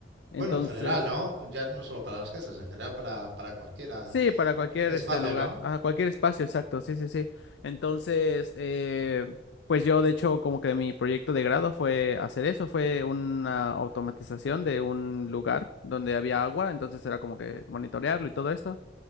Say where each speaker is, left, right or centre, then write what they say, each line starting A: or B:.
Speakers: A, on the left (about 70°); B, on the right (about 75°).
A: entonces,
B: Bueno, en general, ¿no? Ya no solo para las casas, en general para, para cualquier eh,
A: sí, para cualquier
B: espacio,
A: este lugar,
B: ¿no?
A: ajá, cualquier espacio, exacto, sí, sí, sí. Entonces, eh, pues yo de hecho como que mi proyecto de grado fue hacer eso, fue una automatización de un lugar donde había agua, entonces era como que monitorearlo y todo esto.